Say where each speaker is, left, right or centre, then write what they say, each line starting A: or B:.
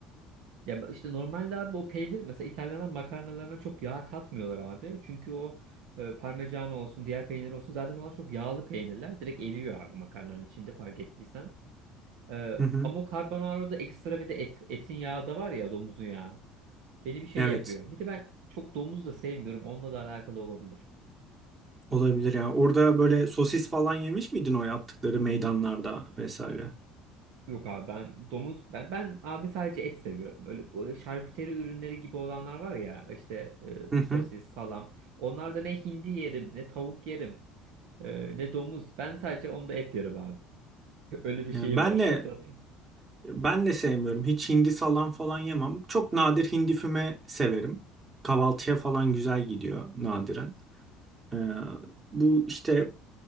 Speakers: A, on the right; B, on the right.
A: Ya ba- işte normalde abi o peynir mesela İtalyanlar makarnalarına çok yağ katmıyorlar abi. Çünkü o e, parmigiano olsun diğer peynir olsun zaten onlar çok yağlı peynirler. Direkt eriyor abi makarnanın içinde fark ettiysen. Ee,
B: Hı hı.
A: ama o carbonara'da ekstra bir de et, etin yağı da var ya domuzun yağı. Beni bir şey
B: Evet.
A: yapıyor. Bir de ben çok domuz da sevmiyorum. Onunla da alakalı olabilir.
B: Olabilir yani. Orada böyle sosis falan yemiş miydin o yaptıkları meydanlarda vesaire?
A: Yok abi ben domuz ben ben abi sadece et seviyorum. Öyle bu şarküteri ürünleri gibi olanlar var ya işte
B: Hı hı.
A: e, sosis, salam. Onlarda ne hindi yerim, ne tavuk yerim, e, ne domuz. Ben sadece onda et yerim abi. <laughs> Öyle bir
B: Yani
A: şeyim
B: ben
A: var.
B: de
A: <laughs> Zaten
B: Ben de sevmiyorum. Hiç hindi salam falan yemem. Çok nadir hindi füme severim. Kahvaltıya falan güzel gidiyor nadiren. Ee, bu işte